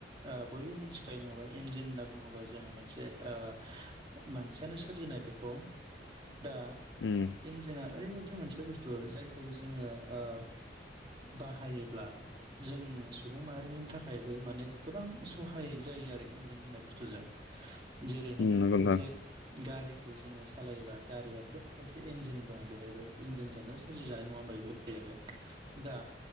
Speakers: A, on the right (about 25°); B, on the left (about 80°).
A: ओ बयबो मिथिखायो नङाबा इन्जिन होनना बुङोबा जोङो मोनसे ओ मानसियानो सोरजिनाय बेखौ दा
B: उम
A: इन्जिना ओरैबायदि मोनसे बुस्थु जायखौ जोङो ओ बाहायोब्ला जों सुबुं माहारिनि थाखायबो माने गोबां सहाय जायो आरो इन्जिन होननाय बुस्थुजों
B: <inaudible>
A: जेरै नों
B: नंगौ
A: मोनसे
B: नोंथां
A: गारिखौ जोङो सालायोबा गारियाबोथ' मोनसे इन्जिन दं बेहायबो इन्जिनजोंनो सोरजिजानाय नङा होनबा बेबो गयाबो दा